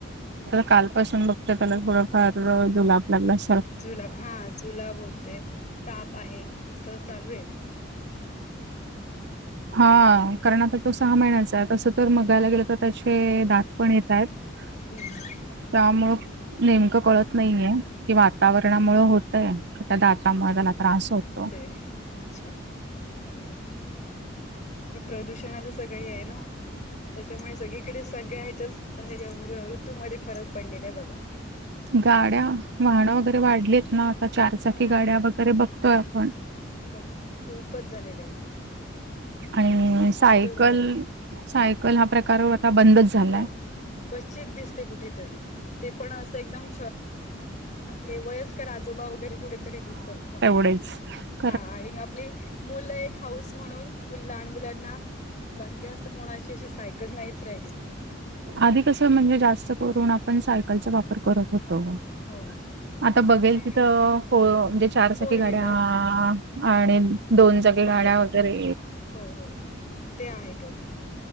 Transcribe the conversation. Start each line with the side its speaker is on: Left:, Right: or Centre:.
Left: हम्म
Right: कालपसून बघत त्याला थोडफार दुलाप लागला अस
Left: जुलाब हा जुलाब होते ताप आहे असं चालू आहे
Right: हा करण आचा तो सहा महिन्याचा आहे तस जर मगायला गेलं तर त्याचे दात पण येत आहेत
Left: हम्म
Right: त्यामुळं नेमकं कळत नाहीये कि वातावरणामुळे होतय त्या दातामुळे त्याला त्रास होतो
Left: ते अच्छा बर हे प्रदूषणाच सगळं हे आहे ना त्याच्यामुळे सगळीकडे सगळ्या ह्याच्या ह्याच्या ऋतूमध्ये फरक पडलेला आहे बघा
Right: गाड्या वाहनं वगैरे वाढलीत ना आता चारचाकी
Left: वाहनं
Right: गाड्या वगैरे बघतोय आपण
Left: बघ खूपच झालेलं आहे
Right: आणि सायकल
Left: तो गाडा
Right: सायकल हा प्रकार आता बंदच झालाय
Left: हा क्वचित दिसते कुठेतरी ते पण असं एकदम आपले वयस आोबा वगैरे कुठेतरी दिसतात हा
Right: प
Left: हा आणि आपली मुलं एक हाऊस म्हणून लहान मुलांना बाकी असं कोणाची अशी सायकल नाहीच राहिली मी
Right: आधी कसं म्हणजे जास्त करून आपण सायकलचा वापर करत होतो
Left: हो
Right: आता
Left: त्याच्यामुळे
Right: बघेल तिथं हो म्हणजे चारचाकी
Left: फोर
Right: गाड्या
Left: व्हीलर हा
Right: आणि दोनचाकीी
Left: बा
Right: गाड्या वगैरे
Left: हो हो ते आहेतच